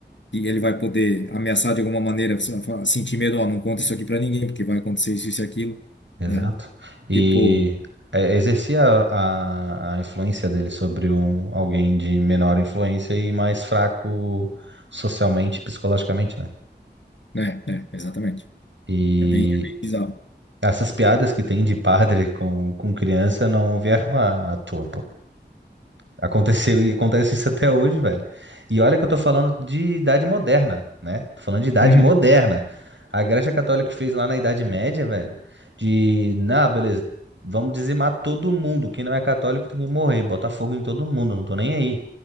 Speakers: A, on the left; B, on the right.
A: e ele vai poder ameaçar de alguma maneira, sentir medo, ó, não conta isso aqui para ninguém, porque vai acontecer isso e aquilo,
B: exato.
A: né?
B: E
A: Tipo,
B: é, exercia a, a influência dele sobre um, alguém de menor influência e mais fraco socialmente e psicologicamente, né?
A: né, né, exatamente.
B: E
A: É bem, é bem bizarro.
B: essas piadas que tem de padre com, com criança não vieram à à toa, pô. Aconteceu e acontece isso até hoje, velho. E olha que eu tô falando de idade moderna, né? Tô falando de idade
A: Uhum.
B: moderna. A Igreja Católica que fez lá na Idade Média, velho, de, na, beleza, vamos dizimar todo mundo. Quem não é católico tem que morrer, bota fogo em todo mundo, não tô nem aí,